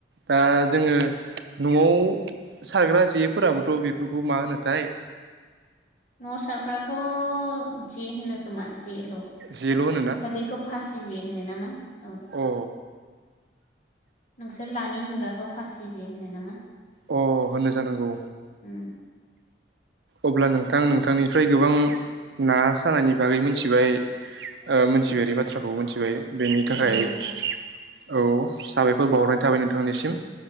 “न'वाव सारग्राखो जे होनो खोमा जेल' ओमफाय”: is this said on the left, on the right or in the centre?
Left